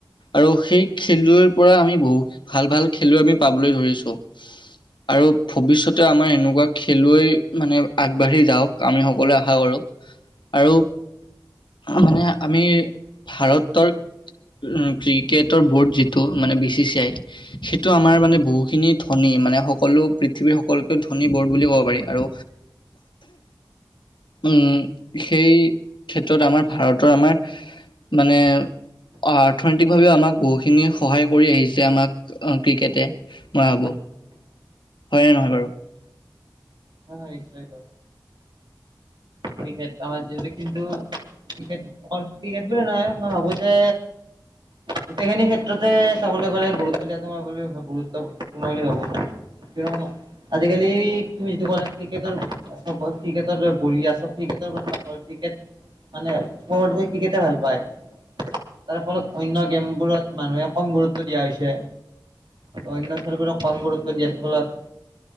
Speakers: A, on the left; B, on the right.
A: আৰু সেই খেলুৱৈৰ পৰা আমি বহু ভাল ভাল খেলুৱৈ আমি পাবলৈ ধৰিছোঁ আৰু ভৱিষ্যতে আমাৰ এনেকুৱা খেলুৱৈ মানে আগবাঢ়ি যাওক আমি সকলোৱে আশা কৰো আৰু মানে আমি ভাৰতৰ উম ক্ৰিকেটৰ বোৰ্ড যিটো মানে বি চি চি আই সেইটো আমাৰ মানে বহুখিনি ধনি মানে সকলো পৃথিৱীৰ সকলোত ধনী বৰ্ড বুলি ক'ব পাৰি আৰু উম সেই ক্ষেত্ৰত আমাৰ ভাৰতৰ আমাৰ মানে
B: <unintelligible>
A: অৰ্থনৈতিকভাৱেও আমাক বহুখিনি সহায় কৰি আহিছে আমাক ক্ৰিকেটে মই ভাবোঁ
B: <unintelligible>
A: হয়নে নহয় বাৰু
B: হা হয় নিশ্চয় কৈ ক্ৰিকেট আমাৰ যিটো কিন্তু ক্ৰিকট অকল ক্ৰিকেট বুলি নহই মই ভাবো যে গোটেইখিনি ক্ষেত্ৰত এ চাবলৈ গ'লে গুৰুত্ব দিয়া মই গুৰুত্ব পূৰ্ণ বুলি ভাবো কিয়ো আজিকালি তুমি যিটো কলা ক্ৰিকেটৰ চব ক্ৰিকেটৰ বলিয়া চব ্ৰিকটৰ কথা ক্ৰিকেট মানেবতে ক্ৰিকেটে ভাল পায় তাৰ ফলত অন্য গেমবোৰত মানুহে কম গুৰুত্ব দিয়া হৈছে অন্য খেলগৰ কম গুৰুত্ব দিয় ফলত